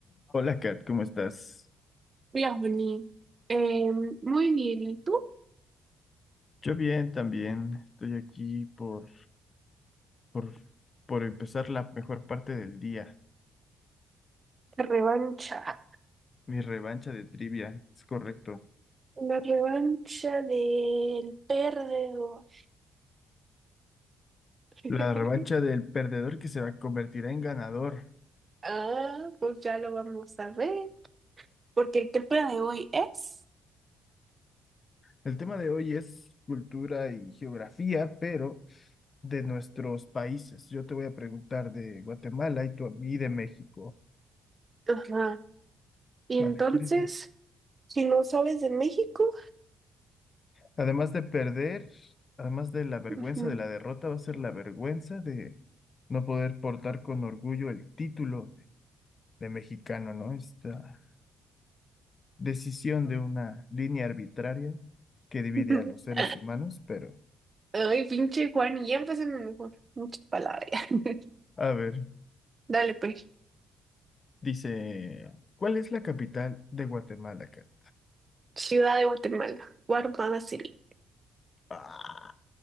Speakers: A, on the left; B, on the right.
A: Hola Kat, ¿cómo estás?
B: Hola, Bonnie. Em, muy bien, ¿y tú?
A: Yo bien también, estoy aquí por, por, por empezar la mejor parte del día,
B: La revancha.
A: mi revancha de trivia, es correcto.
B: La revancha del perdedor. <laughs>
A: La revancha del perdedor que se va- convertirá en ganador.
B: Ah, pues ya lo vamos a ver. Porque el tema de hoy es.
A: El tema de hoy es cultura y geografía, pero de nuestros países. Yo te voy a preguntar de Guatemala y tú a mí de México.
B: Ajá. Y
A: Vale,
B: entonces,
A: ¿quieres?
B: si no sabes de México.
A: Además de perder, además de la vergüenza
B: ujú.
A: de la derrota, va a ser la vergüenza de no poder portar con orgullo el título de, de mexicano, ¿no? Esta decisión de una línea arbitraria que divide
B: <laughs>
A: a los seres humanos, pero
B: Ay, pinche Juan, y ya empecemos mejor. Muchas palabras. <laughs>
A: a ver,
B: Dale, pues.
A: dice, ¿cuál es la capital de Guatemala, Kat?
B: Ciudad de Guatemala. Guatemala City.
A: Ah,